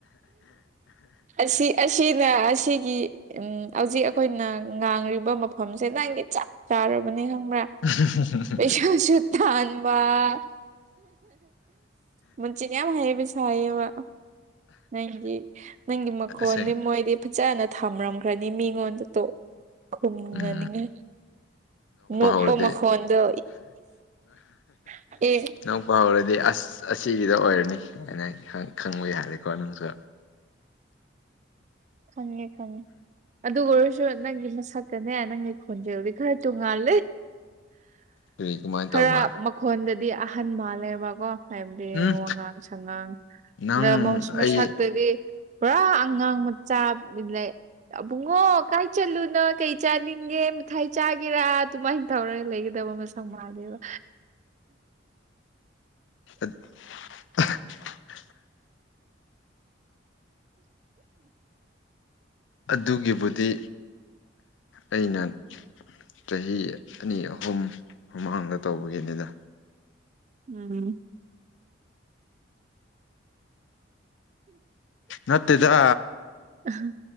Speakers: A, on the right; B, on the left.
A: ꯑꯁꯤ ꯑꯁꯤꯅ ꯑꯁꯤꯒꯤ ꯎꯝ ꯍꯧꯖꯤꯛ ꯑꯩꯈꯣꯏꯅ ꯉꯥꯡꯂꯤꯕ ꯃꯐꯝꯁꯦ ꯅꯪꯒꯤ ꯆꯞ ꯆꯥꯔꯕꯅꯦ ꯍꯪ
B: <unintelligible>
A: ꯄꯩꯁꯥꯁꯨ ꯇꯥꯟꯕ ꯃꯆꯤꯟ ꯌꯝ ꯍꯩꯕ ꯁꯥꯏꯌꯦ ꯕ ꯅꯪꯒꯤ ꯅꯪꯒꯤ ꯃꯈꯣꯟꯗꯤ
B: ꯑꯁꯦꯡ
A: ꯃꯣꯏꯗꯤ ꯐꯖꯅ ꯊꯝꯔꯝꯈ꯭ꯔꯅꯤ ꯃꯤꯉꯣꯟꯗ ꯇꯣ ꯈꯨꯝꯅꯅꯤꯡꯉꯥꯢ
B: ꯎꯝ
A: ꯅꯣꯛꯄ
B: ꯍꯧꯔꯗꯤ
A: ꯃꯈꯣꯟꯗꯣ ꯏꯑꯦ
B: ꯅꯣꯛꯄ ꯍꯧꯔꯗꯤ ꯑꯁ ꯑꯁꯤꯒꯤꯗ ꯑꯣꯏꯔꯅꯤ <unintelligible> ꯈꯪ ꯈꯪꯕ ꯌꯥꯔꯦꯀꯣ ꯅꯪꯁꯨ
A: ꯈꯪꯉꯦ ꯈꯪꯉꯦ ꯑꯗꯨ ꯒꯣꯏꯔꯁꯨ ꯅꯪꯒꯤ ꯃꯁꯛ ꯒꯅꯦ ꯅꯪꯒꯤ ꯈꯣꯟꯖꯦꯜꯗꯤ ꯈꯔ ꯇꯣꯡꯉꯥꯜꯂꯦ
B: ꯑꯗꯨꯒꯤ ꯀꯃꯥꯏꯅ
A: ꯈꯔ
B: ꯇꯧꯕ
A: ꯃꯈꯣꯟꯗꯗꯤ ꯑꯍꯟ ꯃꯥꯜꯂꯦꯕꯀꯣ ꯍꯥꯏꯕꯗꯤ
B: ꯎꯝ
A: ꯋꯥꯉꯥꯡ ꯁꯉꯥꯡ
B: ꯅꯪ
A: ꯅ ꯃꯣꯁ ꯃꯁꯛꯇꯗꯤ
B: ꯑꯩ
A: ꯄꯨꯔꯥ ꯑꯉꯥꯡ ꯃ ꯆꯥ ꯂꯩ ꯑꯕꯨꯡꯉꯣ ꯀꯥꯏ ꯆꯜꯂꯨꯅꯣ ꯀꯩ ꯆꯥꯅꯤꯡꯒꯦ ꯃꯤ ꯊꯥꯏ ꯆꯥꯒꯦꯔꯥ ꯑꯗꯨꯃꯥꯏ ꯇꯧꯔꯒ ꯂꯩꯒꯗꯕ ꯃꯁꯛ ꯃꯥꯜꯂꯦꯕ
B: ꯑ <unintelligible> ꯑꯗꯨꯒꯤꯕꯨꯗꯤ ꯑꯩꯅ ꯆꯍꯤ ꯑꯅꯤ ꯑꯍꯨꯝ ꯃꯃꯥꯡꯗ ꯇꯧꯕꯒꯤꯅꯤꯗꯥ
A: ꯎꯝ
B: ꯅꯠꯇꯦꯗꯥ
A: ꯑꯍ